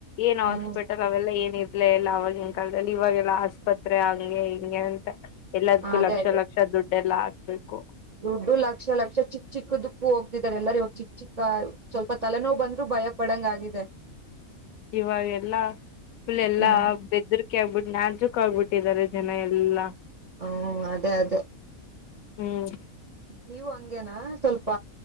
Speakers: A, on the left (about 80°); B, on the right (about 50°).
A: ಏನ್
B: ಹ್ಮ್
A: ಹಾಸ್ಪಿಟಲ್ ಅವೆಲ್ಲ ಏನಿಲ್ಲ ಇ ಎಲ್ಲ ಆ ಅವವಾಗಿನ ಕಾಲದಲ್ಲಿ ಇವಾಗೆಲ್ಲಾ ಆಸ್ಪತ್ರೆ ಆಗ ಹಿಂಗೇ ಹಿಂಗೆ ಅಂತ ಎಲ್ಲದಕ್ಕೂ
B: ಅದೇ
A: ಲಕ್ಷ
B: ಅದೇ
A: ಲಕ್ಷ ದುಡ್ಡು ಎಲ್ಲ ಹಾಕ್ಬೇಕು
B: ದುಡ್ಡು ಲಕ್ಷ ಲಕ್ಷ ಚಿಕ್ಕ ಚಿಕ್ಕ ದು ಹೋಗ್ತಿದ್ದಾರೆ ಎಲ್ಲರೂ ಇವಾಗ ಚಿಕ್ಕ ಚಿಕ್ಕ ಸ್ವಲ್ಪ ತಲೆನೋ ಬಂದ್ರು ಭಯ ಪಡಂಗ ಆಗಿದೆ
A: ಇವಾಗೆಲ್ಲಾ ಫುಲ್ ಎಲ್ಲಾ
B: ಹ್ಮ್
A: ಬೆದರಿಕೆ ಆಗ್ಬಿಟ್ಟು ನಾಜೂಕ್ ಕ್ಕ ಆಗಬಿಟ್ಟಿದ್ದಾರೆ ಜನ ಎಲ್ಲಾ
B: ಹ್ಮ ಅದೇ ಅದೇ
A: ಹ್ಮ್
B: ನೀವು ಹಂಗೇನಾ ಸ್ವಲ್ಪ